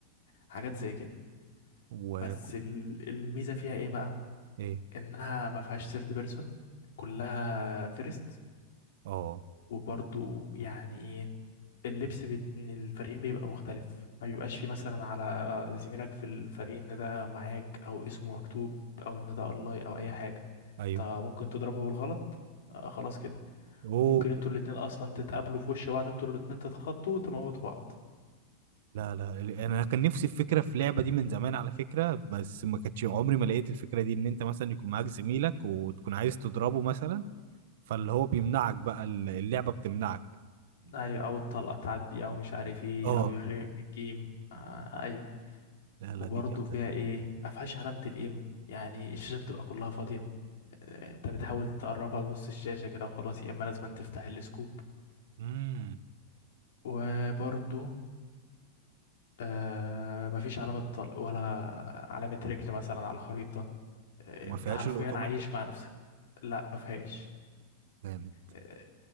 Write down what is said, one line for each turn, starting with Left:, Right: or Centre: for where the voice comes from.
Left: حاجات زي كده
Right: و
Left: بس ال- الميزة فيها ايه بقى
Right: ايه
Left: انها ما فيهاش ثيرد بيرسون كلها فيرست
Right: اه
Left: وبرضو يعني ايه اللبس بين الفريقين بيبقى مختلف ما بيبقاش فيه مثلا على زميلك في الفريق ان ده معاك او اسمه مكتوب او ان ده الله او اي حاجه
Right: ايوه
Left: انت ممكن تضربه بالغلط آه خلاص كده
Right: اوه
Left: ممكن انتوا الاتنين اصلا تتقابلوا في وش بعض انتوا الاتنين تتخضوا وتموتوا بعض
Right: لا لا ال- انا كان نفسي في فكره في لعبه دي من زمان على فكره بس ما كانتش عمري ما لقيت الفكره دي ان انت مثلا يكون معاك زميلك وتكون عايز تضربه مثلا فاللي هو بيمنعك بقى ال- اللعبه بتمنعك
Left: ايوه او الطلقه تعدي او مش عارف ايه
Right: اه
Left: او يخرجك من الجيم آه ايوه
Right: لا
Left: وبرضه
Right: لا دي جامده
Left: فيها
Right: دي
Left: ايه مفيهاش علامة الام يعني الشاشة بتبقى كلها فاضية آه، انت بتحاول تقربها لنص الشاشة كده وخلاص يا اما لازم تفتح السكوب
Right: امم
Left: وبرضه آه مفيش علامة طلق ولا علامة رجل مثلا على الخريطة آه،
Right: وما
Left: انت
Right: فيهاش
Left: حرفيا
Right: الاوتوماتيك
Left: عايش مع نفسك لا مفيهاش
Right: جامد
Left: آه،